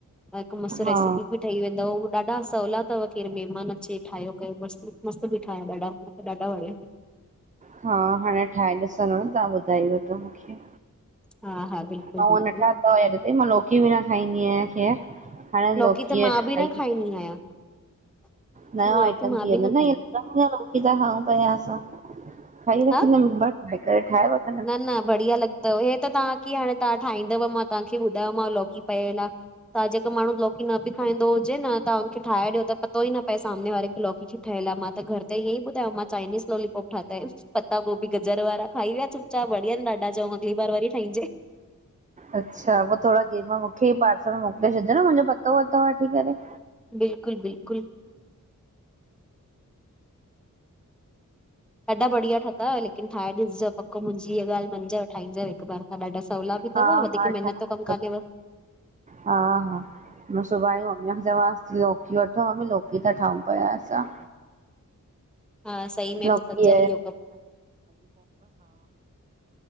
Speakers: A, in the centre; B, on the right.
A: त हिक मस्तु
B: हा
A: रेसिपी बि ठही वेंदव उ ॾाढा सवला तव केरु महिमान अचे ठाहियो कयो मस्त। मस्तु बीठाहि ॾाढा, ॾाढा वणया।
B: हा हाणे ठाहे ॾिसंदम, तव्हां ॿुधायव त मूंखे।
A: हा हा बिल्कुल
B: मां
A: बिल्कुल।
B: उअं न ठाता हुया अॼु ताईं, मां लोकी बि न खाईंदी आहियां खैर, हाणे
A: लौकी
B: लोकीअ
A: त मां
B: जा ठाइंदमि।
A: <unintelligible>
B: नयो
A: लौकी
B: आइटम
A: मां
B: थी
A: बि
B: वेंदो
A: खाईंदी
B: न लॻंदो न कि लोकी था खाऊं पिया असां खाई
A: हा
B: रखंदम <inaudible>
A: न न बढ़िया लॻंदव, हे त तव्हां की हाणे तव्हां ठाहींदव मां तव्हांखे ॿुधायोमांव लौकी पयल आ। तव्हां जेको माण्हू लौकी न बि खाईंदो हुजे न तव्हां हुनखे ठाहे ॾियो त पतो ई न पए सामने वारे खे लॉकी ठहियल आ मां त घर ते ईअं ई ॿुधायो मां चाइनीज़ लॉलीपॉप ठाता इन पत्ता गोभी, गजर वारा खाई विया चुप - त वढञन ॾाढा, चऊं अॻली बार वरी ठाहीजे।
B: अच्छा पो थोरा गेम मूंखे भी पार्सल मोकिले छॾिजो न मांजो पतो वतो वठी करे।
A: बिल्कुल बिल्कुल। ॾाढा बढिया ठताव लेकिन ठाए ॾिसजो पक मुंहिंजीअ हिअं ॻाल्हि मंञजो ठाहिजो हिकु बार खां ॾाढा- सवला बि
B: हा
A: तव वधीक
B: हा ठाहे
A: महिनत जो कम कानेव।
B: हा हा मां सुभाणे ही मम्मी खे चवास थी लो वठो मम्मी लौकी था ठायूं पिया असां।
A: हा सही में
B: लौकी
A: बि कंजव इहो कम